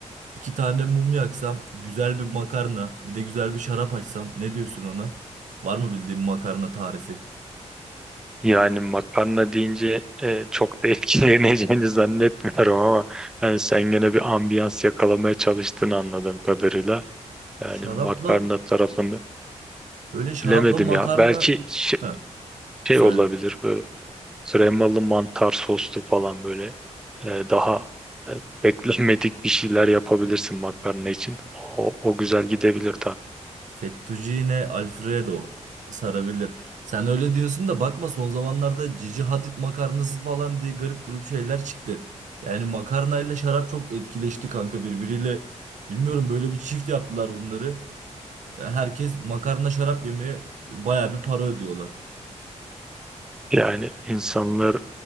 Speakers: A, on the right (about 85°); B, in the centre.
A: iki tane mum yaksam, güzel bir makarna, bir de güzel bir şarap açsam ne diyorsun ona? Var mı bildiğin makarna tarifi?
B: Yani makarna deyince e, çok da etkileneceğini <laughs> zannetmiyorum ama hani sen gene bir ambiyans yakalamaya çalıştığını anladığım kadarıyla. Yani
A: Şarapla
B: makarna tarafını
A: böyle şarapla
B: bilemedim
A: makarna
B: ya. Belki şey,
A: Heh,
B: şey
A: söyle.
B: olabilir böyle kremalı mantar soslu falan böyle e, daha e, beklenmedik bir şeyler yapabilirsin makarna için. O, o güzel gidebilir
A: Fettuccine Alfredo sarabilir. Sen öyle diyorsun da bakma son zamanlarda Cici Hadid makarnası falan diye garip grup şeyler çıktı. Yani makarnayla şarap çok etkileşti kanka birbiriyle. Bilmiyorum böyle bir çift yaptılar bunları. Herkes makarna şarap yemeye baya bir para ödüyorlar.
B: Yani insanlar